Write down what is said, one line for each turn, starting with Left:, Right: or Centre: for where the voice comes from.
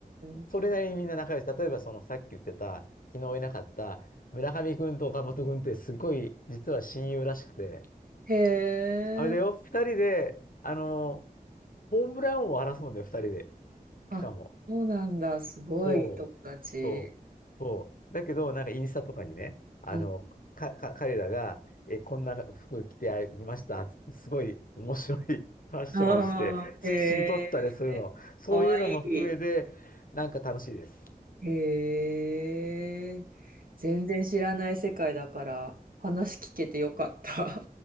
Right: ん。
Left: それなりにみんな仲良し。例えば、そのさっき言ってた、昨日いなかった村上君と岡本君ってすごい、実は親友らしくて、
Right: へ
Left: あれだよ、
Right: え。
Left: 2人で、あの、ホームラン王を争うんだよ、2人で。
Right: あ、
Left: しかも。
Right: そうなんだ。すごい友達。
Left: そう。そう。そう。だけど、なんかインスタとかにね、あの、
Right: うん。
Left: か、か、彼らが、え、こんな服着てみましたっつって、すごい面白い <laughs> ファッションをして、
Right: ああ、
Left: 写真撮ったりするの。
Right: へえ、
Left: そういうのも含めて、
Right: かわいい。
Left: なんか楽しいです。
Right: へえ、全然知らない世界だから話聞けてよかった。